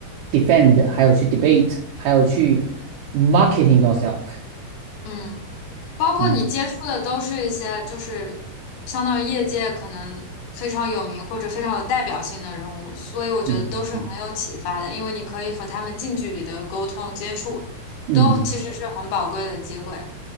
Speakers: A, on the right; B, on the left.
A: defend，还有去 debate，还有去 marketing yourself。
B: 嗯，包括你接触的都是一些就是相当于业界可能非常有名或者非常有代表性的人物，
A: 嗯
B: 所以我觉得都是很有启发的，
A: 嗯嗯
B: 因为你可以和他们近距离的沟通接触，
A: 嗯，
B: 都其实是很宝贵的机会。